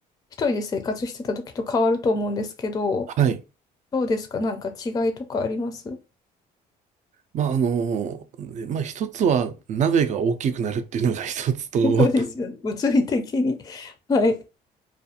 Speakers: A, on the left (about 20°); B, on the right (about 45°).
A: 一人で生活してた時と変わると思うんですけど、
B: はい。
A: どうですかなんか違いとかあります
B: まあ、あの、で、まあ、一つは鍋が大きくなるっていうのが <laughs> 一つと、
A: そうですよね。物理的に。はい。